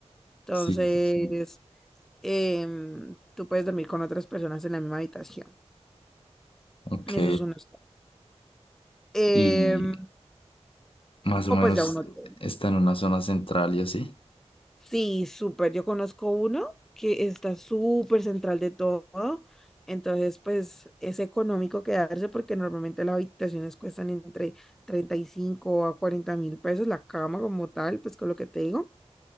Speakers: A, in the centre; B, on the left.
A: Entonces...
B: Sí, sí, sí.
A: em, tú puedes dormir con otras personas en la misma habitación.
B: Ok.
A: Eso es un hostal. Em,
B: Y más o menos
A: o pues ya un hotel.
B: está en una zona central y así.
A: Sí, súper. Yo conozco uno que está súper central de todo. Entonces, pues es económico quedarse porque normalmente las habitaciones cuestan entre treinta y cinco a cuarenta mil pesos, la cama como tal, pues con lo que te digo.